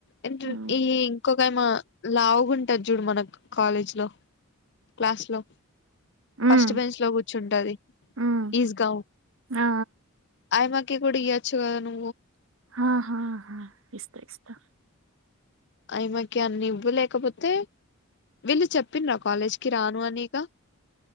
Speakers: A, on the left (about 55°); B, on the right (about 60°).
A: అంట్ర
B: ఉమ్
A: ఈ ఇంకొక లైమా లావుగాంటది చూడు మనకు కాలేజ్ లో క్లాస్ లో ఫస్ట్
B: ఉమ్
A: బెంచ్ లో కూర్చుంటది
B: ఉమ్,
A: ఈజ్ గౌ
B: ఆ
A: ఆయమా కుడిఇయోచ్చు గదను
B: ఆహా హా ఇస్తా ఇస్తా
A: అయమాకి అన్ని ఇవ్వు లేకపోతే వీళ్ళు చెప్పిన రా కాలేజ్కి రాను అని గా